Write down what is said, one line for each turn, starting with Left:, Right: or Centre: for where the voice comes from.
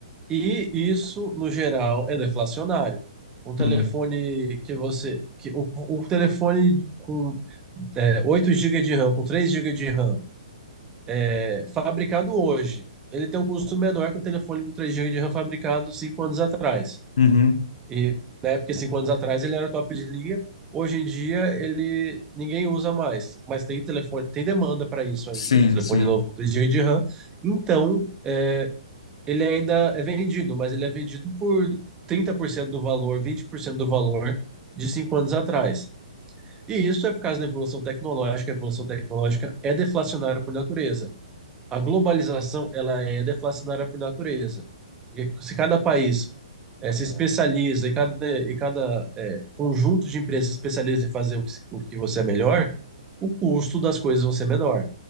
Right: E isso, no geral, é deflacionário. Um telefone
Left: Uhum.
Right: que você. Que, o, o telefone com é, 8 GB de RAM, com 3 gigas de RAM, é, fabricado hoje, ele tem um custo menor que o telefone com 3 gigas de RAM fabricado 5 anos atrás.
Left: Uhum.
Right: E na época, 5 anos atrás, ele era top de linha. Hoje em dia, ele ninguém usa mais. Mas tem telefone, tem demanda para isso ainda,
Left: Sim,
Right: de telefone
Left: sim.
Right: novo com 3 gigas de RAM. Então, é, ele ainda é vendido, mas ele é vendido por 30% do valor, 20% do valor de cinco anos atrás. E isso é por causa da evolução tecnológica. A evolução tecnológica é deflacionária por natureza. A globalização, ela é deflacionária por natureza. Porque se cada país eh, se especializa e cada, e cada eh, conjunto de empresas se especializa em fazer o que, se- o que você é melhor, o custo das coisas vão ser menor.